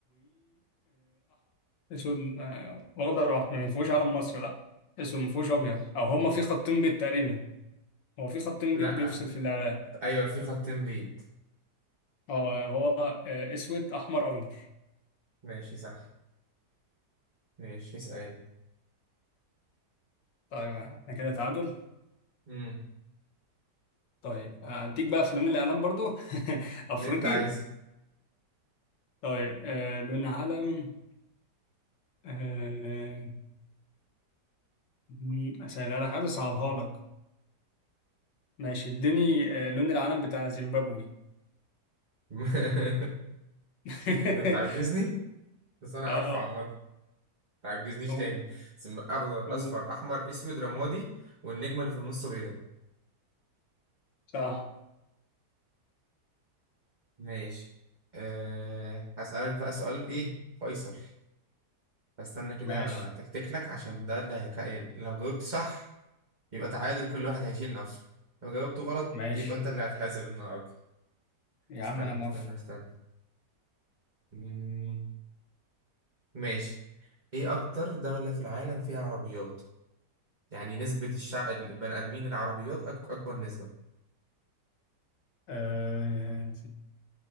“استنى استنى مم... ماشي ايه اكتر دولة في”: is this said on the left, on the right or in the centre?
Right